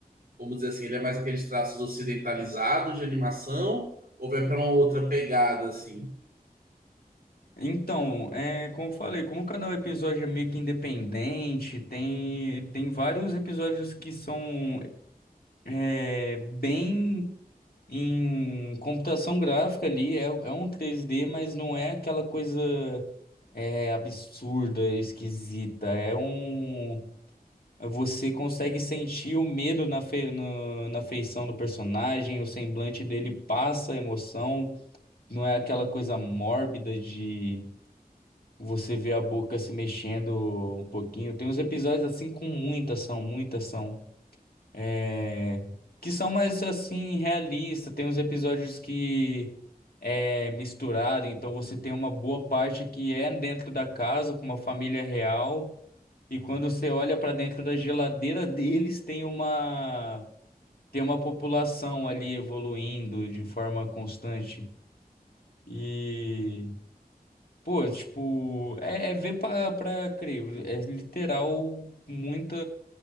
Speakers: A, on the right; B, on the left.
A: vamos dizer assim, ele é mais aqueles traços ocidentalizados de animação, ou vai pra uma outra pegada, assim?
B: Então, é, como eu falei, como cada episódio é meio que independente, tem, tem vários episódios que são é, bem Em computação gráfica ali é, é um três d mas não é aquela coisa é, absurda, esquisita. É um. Você consegue sentir o medo na, fe... no- na feição do personagem, o semblante dele passa a emoção. Não é aquela coisa mórbida de você ver a boca se mexendo um pouquinho. Tem uns episódios assim com muita ação, muita ação é, que são mais assim realistas. Tem uns episódios que é misturado, então você tem uma boa parte que é dentro da casa com uma família real e quando você olha para dentro da geladeira deles tem uma tem uma população ali evoluindo de forma constante e Pô, tipo, é, é ver pra, pra crer, é literal muita